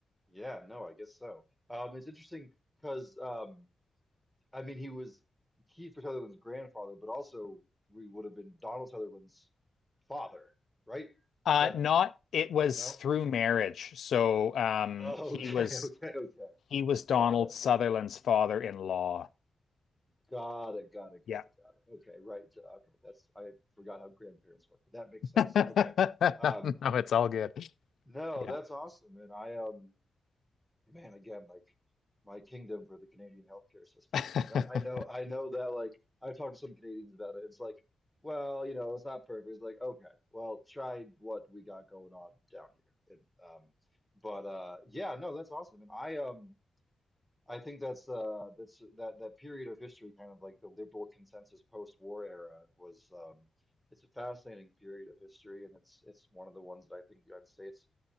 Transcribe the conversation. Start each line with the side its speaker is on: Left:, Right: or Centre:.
Centre: Yeah, no, I guess so. Um, it's interesting because um, I mean he was Kiefer Sutherland's grandfather, but also we would have been Donald Sutherland's father, right?
Left: Uh,
Centre: Is that
Left: not it was
Centre: no?
Left: through marriage. So um,
Centre: Oh,
Left: he
Centre: Okay,
Left: was
Centre: <laughs> okay, okay.
Left: he was Donald
Centre: Got it.
Left: Sutherland's father-in-law.
Centre: Got it. Got it.
Left: Yeah.
Centre: Got it. Got it. Okay, right. uh, Okay, that's I forgot how grandparents work, but that makes sense.
Left: <laughs>
Centre: Okay. Um,
Left: No, it's all good.
Centre: no,
Left: Yeah.
Centre: that's awesome. And I um man, again, like my kingdom for the Canadian healthcare system.
Left: <laughs>
Centre: And I, I know I know that like I've talked to some Canadians about it. It's like, well, you know, it's not perfect. It's like, okay, well, try what we got going on down here. And um but uh yeah, no, that's awesome. And I um I think that's uh that's that that period of history, kind of like the liberal consensus post-war era, was um it's a fascinating period of history, and it's it's one of the ones that I think the United States